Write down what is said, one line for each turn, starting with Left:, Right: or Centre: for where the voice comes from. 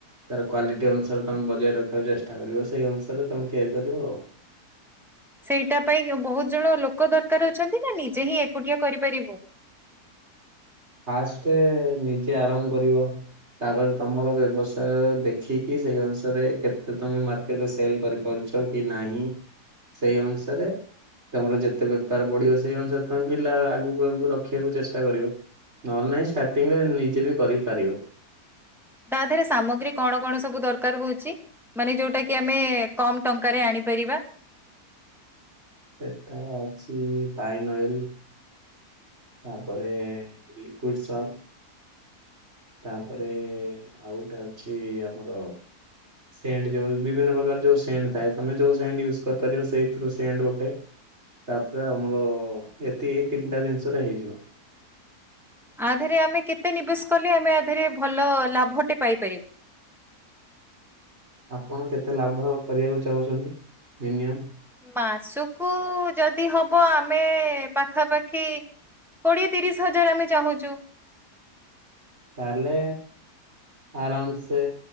Right: ତାର କ୍ଵାଲିଟି ଅନୁସାରେ ତମେ ବଜାୟ ରଖିବାକୁ ଚେଷ୍ଟା କରିବ। ସେଇ ଅନୁସାରେ ତମେ ତିଆରି କରିବ ଆଉ।
Centre: ସେଇଟା ପାଇଁ ବହୁତ ଜଣ ଲୋକ ଦରକାର ଅଛନ୍ତି ନା ନିଯେ ହିଁ ଏକୁଟିଆ କରିପାରିବୁ?
Right: ଫାଷ୍ଟେ ନିଜେ ଆରମ୍ଭ କରିବ। ତାପରେ ତମର ବ୍ୟବସାୟ ଦେଖିକି ସେଇ ଅନୁସାରେ କେତେ ତମେ ମାର୍କେଟରେ ସେଲ କରିପାରୁଛ? କି ନାହିଁ ସେଇ ଅନୁସାରେ ତମର ଯେତେ ବେପାର ବଢିବ ସେଇ ଅନୁସାରେ ତମେ ପିଲା ଆଗକୁ ଆଗକୁ ରଖିବାକୁ ଚେଷ୍ଟା କରିବ। ନହେଲେ ନାହିଁ ଷ୍ଟାର୍ଟିଂରେ ନିଜେ ବି କରିପାରିବ।
Centre: ତାଧିରେ ସାମଗ୍ରୀ କଣ କଣ ସବୁ ଦରକାର ହଉଚି? ମାନେ ଯୋଉଟା କି ଆମେ କମ ଟଙ୍କାରେ ଆଣିପାରିବା?
Right: ଏଟା ଅଛି ପାଇନଅଏଲ। ତାପରେ ଲିକୁଇଡ଼ ସର୍ପ। ତାପରେ ଆଉ ଗୋଟେ ଅଛି ଆମର ସେଣ୍ଟ ଯୋଉ ବିଭିନ୍ନ ପ୍ରକାର ଯୋଉ ସେଣ୍ଟ ଥାଏ ତମେ ଯୋଉ ସେଣ୍ଟ ୟୁଜ କରିପାରିବ ସେଇଥିରୁ ସେଣ୍ଟ ଗୋଟେ। ତାପରେ ଆମର ଏତିକି ଏଇ ତିନିଟା ଜିନିଷରେ ହେଇଯିବ।
Centre: ୟାଧିରେ ଆମେ କେତେ ନିବେଶ କଲେ ଆମେ ଆଧିରେ ଭଲ ଲାଭଟେ ପାଇପାରିବୁ?
Right: ଆପଣ କେତେ ଲାଭ କରିବାକୁ ଚାହୁଁଚନ୍ତି ମିନିମମ?
Centre: ମାସକୁ ଯଦି ହବ ଆମେ ପାଖାପାଖି କୋଡ଼ିଏ ତିରିଶ ହଜାର ଆମେ ଚାହୁଁଚୁ।
Right: ତାହେଲେ ଆରାମ ସେ